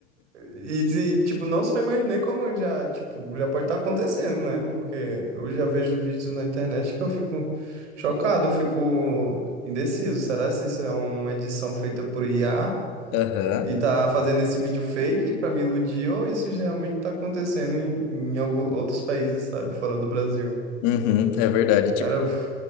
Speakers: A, on the right (about 75°); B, on the left (about 55°).
A: E, e, tipo, não só imaginei como já, tipo, já pode estar acontecendo, né? Porque eu já vejo vídeos na internet que eu fico chocado, eu fico indeciso. Será se isso é uma edição feita por IA
B: Aham.
A: e tá fazendo esse vídeo fake pra me iludir ou isso já realmente tá acontecendo em, em algum- outros países, sabe? Fora do Brasil.
B: Uhum, é verdade. Tipo,
A: Cara, eu...